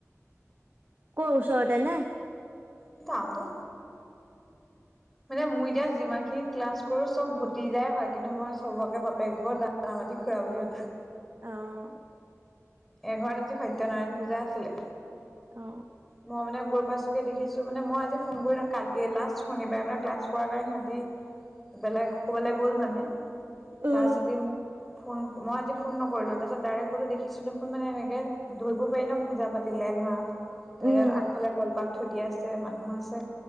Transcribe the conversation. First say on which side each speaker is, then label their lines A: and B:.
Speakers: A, on the right; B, in the centre.
A: ক ওচৰতে নে?
B: এটা অ দে মানে মই এতিয়া যিমান খিনি ক্লাছ কৰো চব ভতিজাই হয় কিন্তু মই চবকে বাপেক বোৰ বাকি খুৰা বুলি মাতো
A: অহ।
B: এঘৰত আজি সত্যনাৰায়ণ পূজা আছিলে,
A: অ
B: মই মানে গৈ পাইছোগে দেখিছো মানে মই আজি সোন কৰি ন কালি লাষ্ট শনিবাৰে মানে ক্লাছ কৰা নাই সিহঁতি বেলেগ কবালে গ'ল মানে।
A: উম
B: তাৰ যদি মোক ফোন মই আজি ফোন নকৰিলো তাৰপিছত ডাইৰেক্ট গলো দেখিছিলো মানে এনেকে ধৰিব পাৰি ন' পূজা পাতিলে ধৰা এনেকে
A: উম
B: আগফালে কলপাত সুধি আছে মানুহ আছে।